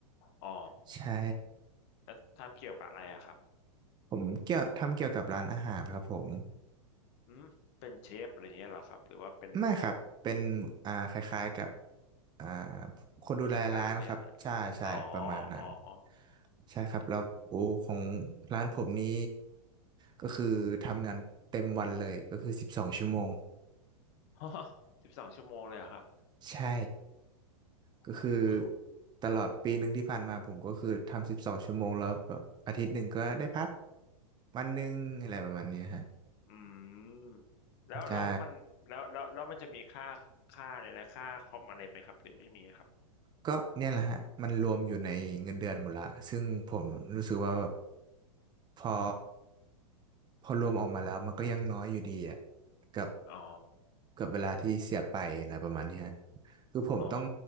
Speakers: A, on the left (about 50°); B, on the right (about 25°).
A: อ๋อ
B: ใช่
A: แล้วทำเกี่ยวกับอะไรอะครับ
B: ผมเกี่ยวทำเกี่ยวกับร้านอาหารครับผม
A: อืมเป็นเชฟอะไรอย่างเงี้ยเหรอครับหรือว่าเป็น
B: ไม่ครับ เป็นอ่าคล้ายๆกับอ่าคนดูแลร้านครับใช่ใช่ประมาณนั้น
A: ผู้จัดการเนี่ยนะเอออ๋ออ๋ออ๋อ
B: ใช่ครับแล้วโอ้ของร้านผมนี้ก็คือทำงานเต็มวันเลยก็คือสิบสองชั่วโมง
A: <laughs> สิบสองชั่วโมงเลยเหรอครับ
B: ใช่
A: โอ้โหเขา
B: ก็คือตลอดปีหนึ่งที่ผ่านมาผมก็คือทำสิบสองชั่วโมงแล้วแบบอาทิตย์หนึ่งก็ได้พักวันหนึ่งอะไรประมาณเนี้ยฮะ
A: อืมแล้วแล้วมันแล้วแล้วแล้วมันจะมีค่า
B: ใช่
A: ค่าเลยนะค่าคอมอะไรไหมครับหรือไม่มีครับ
B: ก็เนี่ยแหละฮะมันรวมอยู่ในเงินเดือนหมดละซึ่งผมรู้สึกว่าแบบ พอพอรวมออกมาแล้วมันก็ยังน้อยอยู่ดีอ่ะกับ
A: อ๋อ
B: กับเวลาที่เสียไปอะไรประมาณนี้ฮะคือผมต้อง
A: อ๋อ